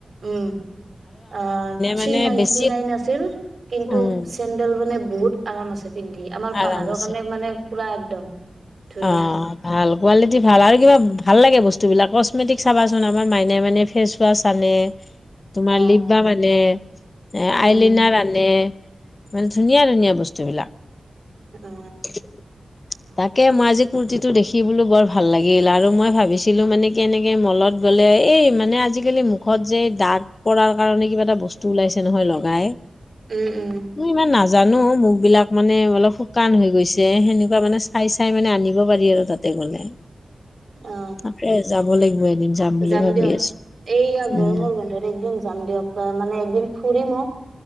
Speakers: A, on the right; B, on the left.
A: উম আহ থ্ৰি
B: মানে
A: নাইণ্টি
B: বেছি
A: নাইন আছিল কিন্তু
B: উম,
A: চেন ডেল মানে বহুত আৰাম আছে পিন্ধি, আমাৰ
B: আৰামছে।
A: পাহাৰৰ কাৰণে মানে পুৰা একদম ধুনীয়া।
B: অ', ভাল কোৱালিটি ভাল আৰু কিবা ভাল লাগে বস্তুবিলাক কচমেটিক চাবাচোন আমাৰ মাইনাই মানে ফেচ ৱাচ আনে, তোমাৰ
A: অ
B: লিপ বাম আনে, এ
A: উম
B: আইলিনাৰ আনে। মানে ধুনীয়া ধুনীয়া বস্তুবিলাক।
A: <unintelligible>
B: <inaudible> তাকে মই আজি কুৰ্তিটো দেখি বোলো বৰ ভাল লাগিল, আৰু মই ভাবিছিলোঁ মানে এনেকে মলত গ'লে এই, মানে আজিকালি মুখত যে দাগ পৰাৰ কাৰণে কিবা এটা বস্তু ওলাইছে নহয়, লগাই।
A: উম, উম,
B: মই ইমান নাজানো, মুখবিলাক মানে অলপ শুকান হৈ গৈছে, সেনেকুৱা মানে চাই, চাই মানে আনিব পাৰি আৰু তাতে গ'লে,
A: অ
B: তাকে যাব লাগিব এদিন। বুলি
A: যাম
B: ভাবি
A: দিয়ক,
B: আছো
A: এইয়া
B: উম
A: গৰমৰ বন্ধত একদিন যাম দিয়ক, মানে একদিন ফুৰিমো।